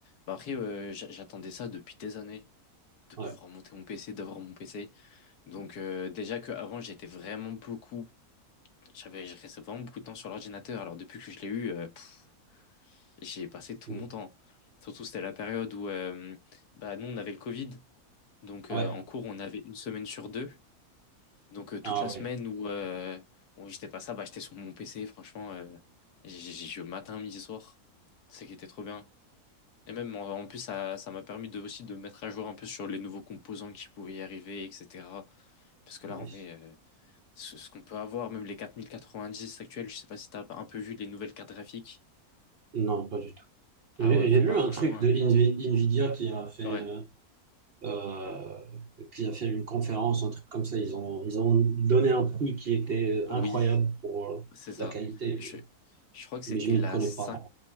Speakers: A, on the left; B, on the right.
A: bah, après, euh, j'a- j'attendais ça depuis des années, de pouvoir
B: ouais.
A: monter mon PC, d'avoir mon PC. Donc euh, déjà qu'avant, j'étais vraiment beaucoup, j'avais, je restais vraiment beaucoup de temps sur l'ordinateur. Alors depuis que je l'ai eu, euh, pff, j'ai passé tout
B: Mm.
A: mon temps. Surtout, c'était la période où euh, bah, nous, on avait le Covid. Donc
B: Ouais.
A: euh, en cours, on avait une semaine sur deux. Donc euh, toute
B: Ah
A: la
B: ouais.
A: semaine où, euh, où j'étais pas ça, bah, j'étais sur mon PC, franchement, euh, j'ai- j'ai- je matin, midi, soir. C'est ça qui était trop bien. Et même en, en plus, ça, ça m'a permis de, aussi de me mettre à jour un peu sur les nouveaux composants qui pouvaient y arriver, etc. Parce que là,
B: Nice.
A: en vrai, euh, ce, ce qu'on peut avoir, même les 4090 actuels, je sais pas si t'as un peu vu les nouvelles cartes graphiques.
B: Non, pas du tout.
A: Ah
B: J'ai
A: ouais,
B: j'ai vu
A: bah franchement,
B: un truc
A: hein.
B: de Invi- Nvidia qui a fait,
A: ouais,
B: euh, euh, qui a fait une conférence, un truc comme ça. Ils ont, ils ont donné un prix qui était euh,
A: oui,
B: incroyable pour euh,
A: c'est ça.
B: la qualité,
A: Je, je crois que c'était
B: mais, mais je m'y
A: la
B: connais
A: 5.
B: pas.